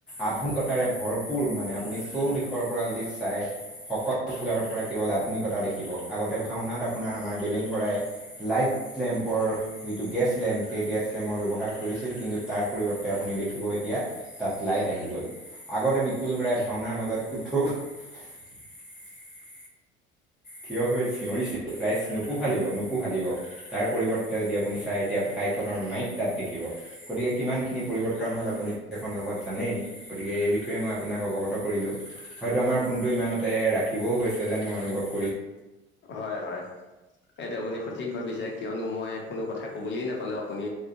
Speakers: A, in the centre; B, on the left.
A: আধুনিকতাৰে ভৰপৰ মানে আপুনি চৌ দিশৰ পৰা যদি চাই সকলো ফালৰ পৰা কিবা আধুনিকতা দেখিব আগতে ভাওনাত আপোনাৰ আমাৰ দেৱেন বৰাই লাইট লেম্পৰ গেছ লেম্প সেই গেছ লেমৰ ব্যৱহাৰ কৰিছিল কিন্তু তাৰ পৰিৱৰ্তে আপুনি দেখিব এতিয়া তাত লাইট আহি গল আগতে বিপুল বৰাই ভাওনাৰ মাজত উঠো <unintelligible> থিয় হৈ চিঞৰিছিল ৰাই নোকো খালিব নোকো হালিব তাৰ পৰিৱৰ্তে যদি আপুনি চাই এতিয়া ভ মাইক দাত দেখিব। গতিকে কিমান খিনি পৰিবৰ্তন হ'ল আপুনি জানে এইেই বিষয়ে মই আপোনাক অৱগত কৰিলোঁ হয়তো আমাৰ ফোনটো ইমানতে ৰাখিবও হৈছে যেন মই অনুভৱ কৰোঁ
B: হয় হয় সেইটো আপুনি সঠিক ভাবিছে কিয়নো মই কোনো কথা কবলৈ নাপালো আপুনি